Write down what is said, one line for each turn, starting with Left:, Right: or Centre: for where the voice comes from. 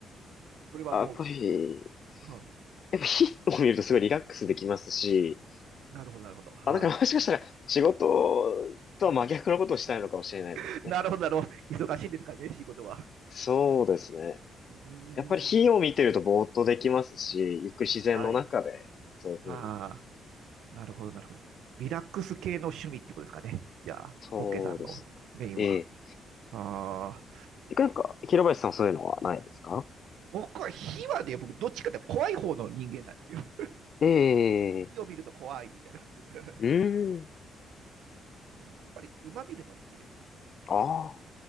Right: それはもう、
Left: あ、やっぱり、
Right: うん
Left: やっぱ火を見るとすごいリラックスできますし、
Right: なるほど、なるほど。は
Left: あ、だからもしかしたら仕事とは真逆のことをしたいのかもしれないですね。
Right: い。<laughs> なるほど、なるほど。忙しいんですかね、仕事は。
Left: そうですね。
Right: うーん。
Left: やっぱり火を見てるとぼーっとできますし、ゆっくり自然の中で、
Right: はい。
Left: そういうふうに。
Right: ああ、なるほど、なるほど。リラックス系の趣味ってことですかね。じゃあ、
Left: そうですね。
Right: オッケーさんのメインは。
Left: ええ。
Right: ああ、
Left: てかなんか、平林さんはそういうのはないですか
Right: 僕は火はね、僕、どっちかって怖い方の人間なんですよ。
Left: え
Right: 火を見ると怖いみたいな。
Left: え。
Right: <laughs>
Left: うーん。
Right: うん、やっぱり馬見るの好きです、あと。
Left: ああ。